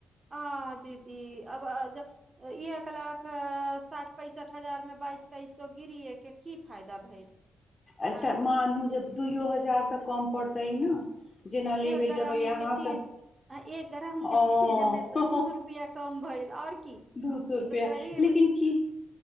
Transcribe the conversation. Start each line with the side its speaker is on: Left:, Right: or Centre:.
Right: आँ दीदी आब ब-ज एक लाख साठि पैंसठ हजार मे बाइस तेइस सौ गिरीयै कऽ की फायदा भेल
Left: एतह
Right: आँय
Left: मानु जे दूयौ हजार तऽ कम पड़तै ने जेना
Right: तऽ
Left: लेबे
Right: एक ग्रामके
Left: जेबै अहाँ
Right: चीज
Left: तऽ
Right: आ एक ग्रामके
Left: ओ
Right: चीजमे तऽ दू सौ रुपैआ कम भेल आओर की
Left: दू सौ रुपआ
Right: तऽ गरीब
Left: लेकिन की